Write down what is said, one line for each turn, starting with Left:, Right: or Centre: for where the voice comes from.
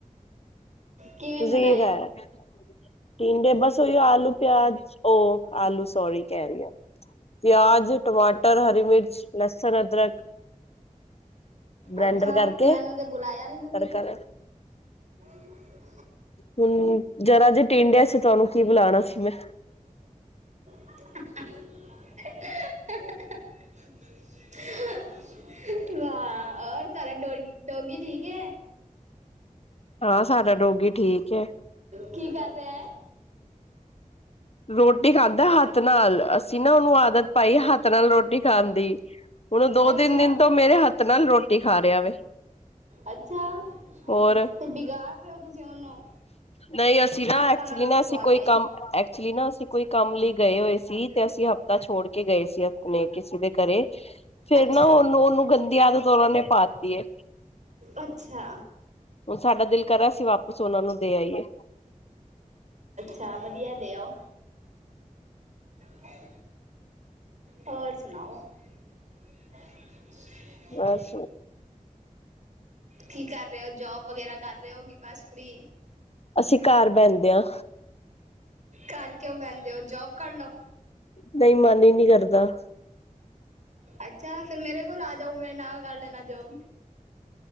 Right: ਕਿਵੇਂ
Left: ਤੁਸੀਂ
Right: ਬਣਾਏ
Left: ਕੀ ਖਾਇਆ ਟਿੰਡੇ ਬਸ ਉਹ ਆਲੂ ਪਿਆਜ ਆਲੂ ਸੋਰੀ ਕਹਿ ਰਹੀ ਹਾਂ ਪਿਆਜ ਟਮਾਟਰ ਹਰੀ ਮਿਰਚ ਲਸਣ ਅਦਰਕ ਬਲੈਂਡਰ
Right: ਅੱਛਾ
Left: ਕਰਕੇ
Right: ਮੈਨੂੰ ਤੇ ਬੁਲਾਇਆ ਨੀ ਤੁਸੀਂ
Left: ਤੜਕਾ ਲਾ।
Right: <unintelligible>
Left: ਹੁਣ ਜਰਾ ਜੇ ਟਿੰਡਿਆ ਸੀ ਤੁ ਉਹਨੂੰ ਕੀ ਬੁਲਾਣਾ ਸੀ ਮੈਂ
Right: <unintelligible> ਵਾਂ ਰ ਤਾਰਾ ਡੋ ਠੀਕ ਹੈ
Left: ਹਾਂ ਸਾਡਾ ਡੋਗੀ ਠੀਕ
Right: ਕੀ ਕਹਿ <unintelligible>
Left: ਰੋੜ ਇਹ ਕਰਦਾ ਹੱਥ ਹੱਥ ਨਾਲ ਅਸੀਂ ਨਾ ਉਹਨੂੰ ਆਦਤ ਪਾਈ ਹੱਥ ਨਾਲ ਰੋਟੀ ਖਾਣ ਦੀ ਉਹਨੂੰ ਦੋ
Right: ਅੱਛਾ
Left: ਤਿੰਨ ਦਿਨ ਤੋਂ ਮੇਰੇ ਹੱਥ ਨਾਲ ਰੋਟੀ ਖਾ ਰਿਹਾ ਵ
Right: ਅੱਛਾ
Left: ਹੋਰ
Right: ਤੇ ਵਿਗਾੜ ਰਹੇ ਹੋ ਤੁਸੀਂ ਉਹਨੂੰ
Left: ਨਹੀਂ ਅਸੀਂ ਨਾ
Right: ਹੱਥਾਂ
Left: ਐਕਚੁਲੀ
Right: ਨਾਲ ਰੋਟੀ
Left: ਨਾ
Right: ਖਵਾ
Left: ਅਸੀਂ ਕੋਈ
Right: ਕੇ
Left: ਕੰਮ ਐਕਚੁਲੀ ਨਾ ਅਸੀਂ ਕੋਈ ਕੰਮ ਲਈ ਗਏ ਹੋਏ ਸੀ ਤੇ ਅਸੀਂ ਹਫ਼ਤਾ ਛੋੜ ਕੇ ਗਏ ਸੀ ਆਪਣੇ ਕਿਸੇ ਦੇ ਘਰੇ ਫੇਿਰ
Right: ਅੱਛਾ
Left: ਨਾ ਉਹਨੂੰ ਉਹਨੂੰ ਗੰਦੀ ਆਦਤ ਉਹਨਾ ਨੇ ਪਾਤੀ ਹੈ
Right: ਅੱਛਾ
Left: ਸਾਡਾ ਦਿਲ ਕਰਾਂ ਅਸੀਂ ਵਾਪਸ ਉਹਨਾਂ ਨੂੰ ਦੇ ਆਈਏ
Right: ਸ਼ ਵਧੀਆ ਦਿਆਓ ਹ ਹੋਰ ਸੁਣਾਓ <unintelligible> <inaudible>
Left: ਬਸ
Right: ਕੀ ਕਰ ਰਹੇ ਹੋ ਜੋਬ ਵਗੈਰਾ ਕਰ ਰਹੇ ਹੋ ਬਸ ਫ੍ਰੀ
Left: ਅਸੀਂ ਘਰ ਬਹਿੰਦੇ ਹਾਂ
Right: ਘਰ ਕਿਉਂ ਬਹਿੰਦੇ ਹੋ ਜੋਬ ਕਰ ਲਓ
Left: ਨਹੀਂ ਮਨ ਹੀ ਨਹੀਂ ਕਰ ਕਰ ਦਾ
Right: ਅੱਛਾ ਫੇਿਰ ਮੇਰੇ ਕੋਲ ਆ ਜਾਓ ਮੇਰੇ ਨਾਲ ਕਰ ਲੈਣਾ ਜੋਬ